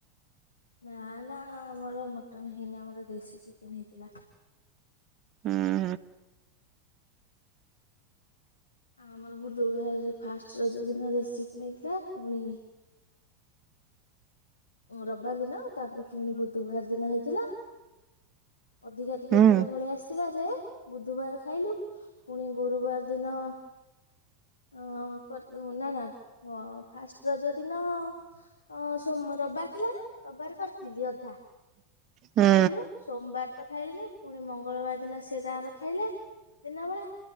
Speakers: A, on the left; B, on the right.
A: ନା ନା ଆମର ମଟନ୍ ହେଇନି ଆମର ଦେଶୀ ଚିକେନ୍ ହେଇଥିଲା।
B: ହୁଁ।
A: ଆମର ବୁଧବାର୍ ଫାଷ୍ଟ୍ ରଜ ଦିନ ଦେଶ୍ ଚିକ୍ ହେଥିଲା ପୁଣି ରବିବାର୍ ଦିନ ତାପରେ ପୁଣି ବୁଧବାର୍ ଦିନ ହେଇଥିଲା। ଅଧିକା ଟିକେଥର
B: ହୁଁ
A: ପଳେଇଆସିଥିଲା ଯେ ବୁଧବାର ଖାଇଲୁ ପୁଣି ଗୁରୁବାର୍ ଦିନ ଅ ନା ନା ଫାଷ୍ଟ୍ ରଜ ଦିନ ଅ ସୋମ୍ ରବିବାର ଥିଲା ନା ରବିବାର୍ କରିଥିଲି ଅଧା
B: ହୁଁ
A: ଖାଇଲୁ। ସୋମବାର୍ ତ ଖାଇଲେ ପୁଣି ମଙ୍ଗଳବାର ଦିନ ସିଏ ତାର ଖାଇଲେ ଦିନ ବେଳା।